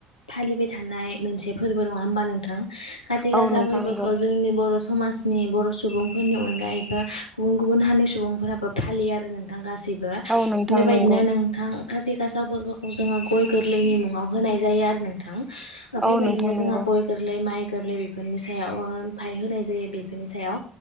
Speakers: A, on the left; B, in the centre.
A: फालिबाय थानाय मोनसे फोरबो नङा होमबा नोंथां? खाथि गासा
B: औ नोंथां
A: फोरबोखौ
B: नंगौ
A: जोंनि बर' समाजनि बर' सुबुंफोरनि अनगायैबा गुबुन गुबुन हानि सुबुंफोराबो फालियो आरो नोंथां गासैबो
B: औ नोंथां
A: बेबायदिनो
B: नंगौ
A: नोंथां काति गासा फोरबोखौ जोङो गय गोरलैनि मुङाव होनाय जायो आरो नोंथां। बेबायदिनो
B: औ नोंथां नंगौ
A: जोंहा गय गोरलै माइ गोरलै बेफोरनि सायावफाय ओ होनाय जायो बेफोरनि सायाव